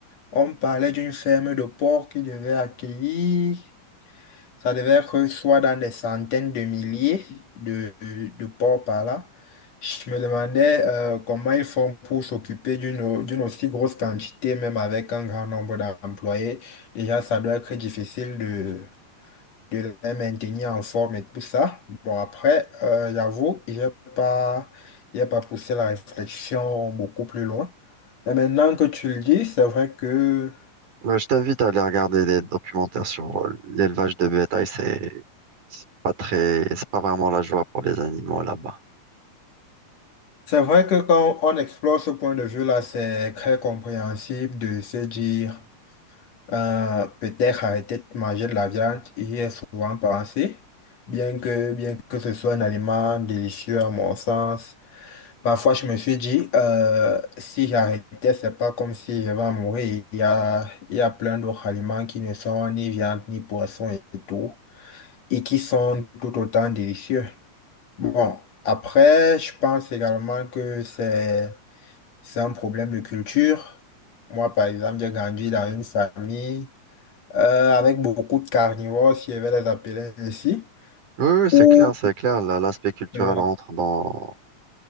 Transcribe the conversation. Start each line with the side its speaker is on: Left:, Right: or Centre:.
Left: On parlait d'une ferme de porcs qui devait accueillir, ça devait être soit dans des centaines de milliers de, de porcs par là. Je me demandais euh, comment ils font pour s'occuper d'une d'une aussi grosse quantité, même avec un grand nombre d'employés. Déjà, ça doit être difficile de de les maintenir en forme et tout ça. Bon, après, euh, j'avoue, j'ai pas, j'ai pas poussé la réflexion beaucoup plus loin. Mais maintenant que tu le dis, c'est vrai que,
Right: Moi, je t'invite à aller regarder des documentaires sur euh, l'élevage de bétail. C'est c'est pas très, c'est pas vraiment la joie pour les animaux là-bas.
Left: c'est vrai que quand on explore ce point de vue-là, c'est très compréhensible de se dire, euh, peut-être arrêter de manger de la viande, y est souvent pensé. Bien que, bien que ce soit un aliment délicieux à mon sens, Parfois, je me suis dit, euh, si j'arrêtais, c'est pas comme si je vais mourir. Il y a, il y a plein d'autres aliments qui ne sont ni viande, ni poisson et tout, et qui sont tout autant délicieux. Bon, après, je pense également que c'est, c'est un problème de culture. Moi, par exemple, j'ai grandi dans une famille euh, avec beaucoup de carnivores, si je vais les appeler ainsi,
Right: Oui, oui, c'est
Left: où...
Right: clair, c'est clair. La- L'aspect culturel
Left: Voilà.
Right: rentre dans